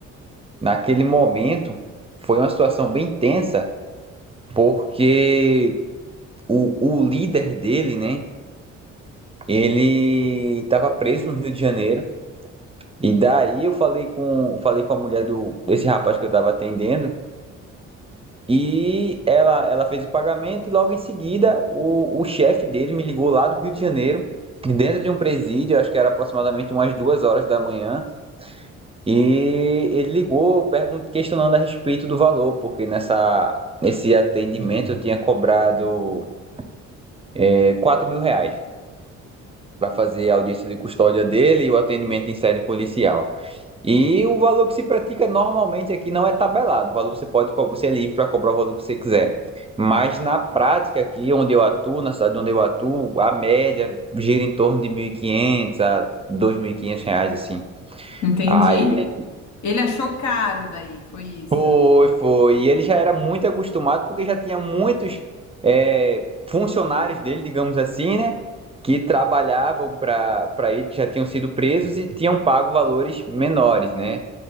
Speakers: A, on the right (about 20°); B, on the left (about 65°).
A: naquele momento foi uma situação bem tensa porque o, o líder dele, né? Ele estava preso no Rio de Janeiro. E daí eu falei com, falei com a mulher do, desse rapaz que eu estava atendendo. E ela, ela fez o pagamento e logo em seguida o, o chefe dele me ligou lá do Rio de Janeiro, dentro de um presídio, acho que era aproximadamente umas duas horas da manhã. E ele ligou perguntando, questionando a respeito do valor, porque nessa, nesse atendimento eu tinha cobrado é, 4 mil reais. para fazer a audiência de custódia dele e o atendimento em sede policial. E o valor que se pratica normalmente aqui não é tabelado. O valor você pode, você é livre para cobrar o valor que você quiser. Mas na prática aqui, onde eu atuo, na cidade onde eu atuo, a média gira em torno de 1.500 a 2.500 reais, assim.
B: Entendi.
A: Aí
B: Ele achou caro daí, foi isso.
A: Foi, foi. E ele já era muito acostumado porque já tinha muitos é, funcionários dele, digamos assim, né? Que trabalhavam para para ele, que já tinham sido presos e tinham pago valores menores, né?